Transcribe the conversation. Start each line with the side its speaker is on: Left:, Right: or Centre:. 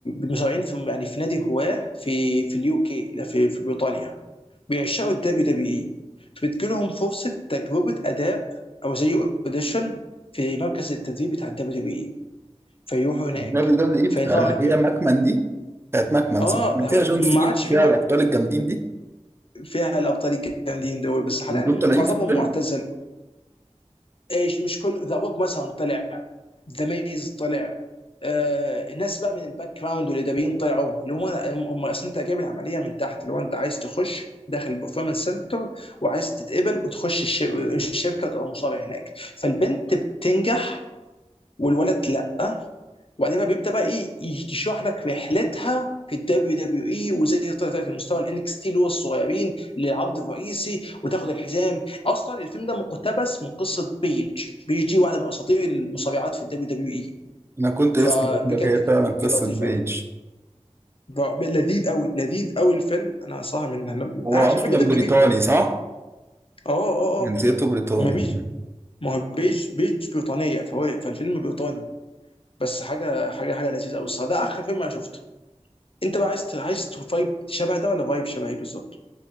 Left: مصارعين في يعني في نادي هواه في في اليو كي لا في في بريطانيا بيعشقوا الدبليو دبليو اي فبتجيلهم فرصه تجربه اداء او زي اوديشن في مركز التدريب بتاع الدبليو دبليو فيروحوا هناك
Right: دبليو دبليو اي
Left: فطبعا
Right: بتاع اللي
Left: هناك
Right: هي
Left: بيبقى
Right: ماكمان دي بتاعت ماكمان
Left: اه
Right: صح؟ اللي
Left: ده
Right: فيها جون
Left: ما
Right: سينا
Left: عادش في
Right: فيها
Left: مع-
Right: الابطال الجامدين دي
Left: فيها الابطال الجامدين دول بس حاليا
Right: دول طالعين
Left: معظمهم
Right: في الفيلم
Left: معتزل ايش مش كل ذا روك مثلا طلع ذا ميز طلع آه الناس بقى من الباك جراوند والاداريين طلعوا اللي هم هم اصل انت جايب العمليه من تحت اللي هو انت عايز تخش داخل البرفورمانس سنتر وعايز تتقبل وتخش الش- الشركه وتبقى مصاب هناك فالبنت بتنجح والولد لا وبعدين بقى بيبدا بقى ايه يشرح لك رحلتها في الدبليو دبليو اي وازاي هي طلعت لمستوى الانكس تي اللي هو الصغيرين للعرض الرئيسي وتاخد الحزام اصلا الفيلم ده مقتبس من قصه بيج بيج دي واحده من اساطير المصارعات في الدبليو دبليو اي
Right: انا كنت
Left: فبجد
Right: لسه بقول لك هي فعلا قصه
Left: كان لطيف
Right: بيج
Left: قوي ب- لذيذ قوي لذيذ قوي الفيلم انا صراحه من انا
Right: هو
Left: عشان
Right: اصلا
Left: بحب الدبليو
Right: بريطاني
Left: دبليو اي فبحبه
Right: صح؟
Left: اه اه
Right: جنسيته
Left: اه
Right: بريطاني
Left: ما بيج ما هو بيج بيج بريطانيه فهو فالفيلم بريطاني بس حاجه حاجه حاجه لذيذه قوي الصراحه ده اخر فيلم انا شفته انت بقى عايز عايز فايب شبه ده ولا فايب شبه ايه بالظبط؟